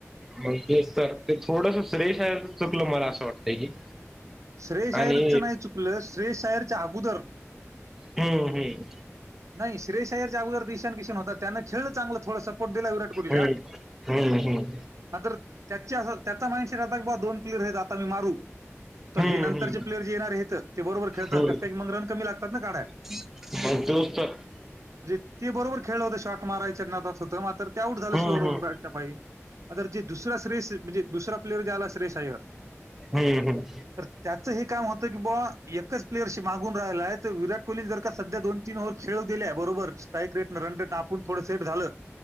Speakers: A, in the centre; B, on the right.
A: मग तेच तर ते थोडस श्रेयश अयर च चुकल मला अस वाटतय की,
B: श्रेयस
A: आणि
B: अयर च नाही चुकल श्रेयस आयरच्या अगोदर
A: हम्म हम्म
B: नाही श्रेयस आयरच्या अगोदर ईशान किशन होता त्यान खेळ चांगल थोड सपोर्ट दिला विराट कोहलीला.
A: हम्म हम्म हम्
B: मात्र त्याचे अस त्याचा माईंड सेट असा राहते की बा दोन प्लेयर आहेत आता मी मारू. तर
A: हम्म हम्म
B: हे नंतरचे प्लेयर ज येणार आहेत ते बरोबर खेळतात
A: हम्म
B: कस काय की मग रन कमी लागतात ना काढायल.
A: <unintelligible>
B: म्हणजे ते बरोबर खेळल होतं शॉट मारयचच्या ना होतं मात्र ते आउ झालं
A: हम्म
B: स्लोवरन
A: हम्म
B: बॅटच्या पाहि आर जे दुसरा श्रे यश म्हणजे दुसरा प्लेअर ज आला् श्रेयस आयर.
A: हम्म हम्म
B: तर त्याचहे काम होत की बा एकच प्लेयरशी मागून राहिलाय तर विराट कोहली जर का सध्या दोन तीन ओव्हर खेळू दिल्या बरोबर स्ट्राईक रेट रन रेट आपण थोड सेट झाल.